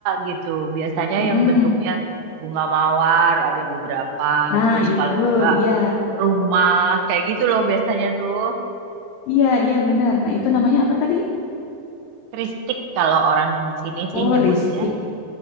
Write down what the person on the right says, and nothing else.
gitu. Biasanya
yang bentuknya bunga mawar ada beberapa,
terus
kalau enggak
rumah kayak gitu loh biasanya tuh.
Kristik kalau orang sini sih
nyebutnya.